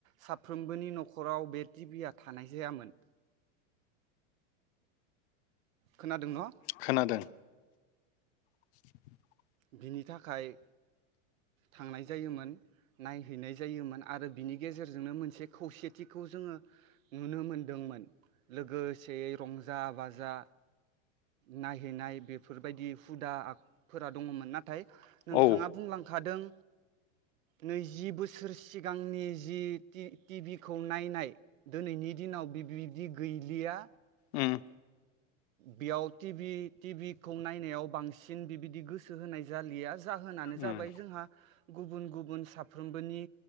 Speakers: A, on the right; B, on the left.
A: साफ्रोमबोनि न'खराव बे टि भिया थानाय जायामोन। खोनादों न'
B: खोनादों। <inaudible>
A: बिनि थाखाय थांनाय जायोमोन नाय हैनाय जायोमोन आरो बिनि गे जेरजोंनो मोनसे खौसेथिखौ जोङो नुनो मोनदोंमोन लोगोसेयै रंजा बाजा नायहैनाय बेफोरबायदि हुदाफोर आखु दङमोन नाथाय नोंथाङा
B: औ
A: बुंलांखादों। नैजि बोसोर सिगांनि जि टि-टिभि खौ नायनाय दोनैनि दिनाव बिदि गैलिया
B: उम
A: बेयाव टि भि टि भिखौ नायनायाव बांसिन बि बि गोसो होनाय जालिया जाहोनानो
B: उम
A: जाबाय जोंहा गुबुन गुबुन साफ्रोमबोनि